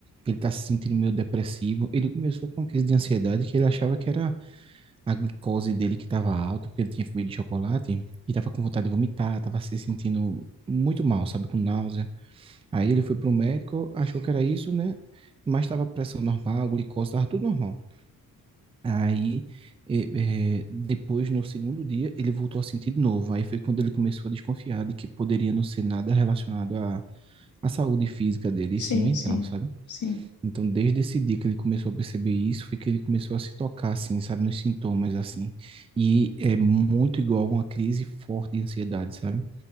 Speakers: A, on the right; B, on the left.
A: ele tá se sentindo meio depressivo. Ele começou com uma crise de ansiedade que ele achava que era a glicose dele que estava alta, porque ele tinha comido chocolate, e tava com vontade de vomitar, tava se sentindo muito mal, sabe? Com náusea. Aí ele foi pro médico, achou que era isso, né? Mas estava pressão normal, glicose, estava tudo normal. Aí, eh, eh, depois, no segundo dia, ele voltou a sentir de novo. Aí foi quando ele começou a desconfiar de que poderia não ser nada relacionado à, à saúde física dele,
B: sim,
A: e sim mental,
B: sim,
A: sabe?
B: sim,
A: Então, desde esse dia que ele começou a perceber isso, foi que ele começou a se tocar, assim, sabe? Nos sintomas, assim. E é muito igual a uma crise forte de ansiedade, sabe?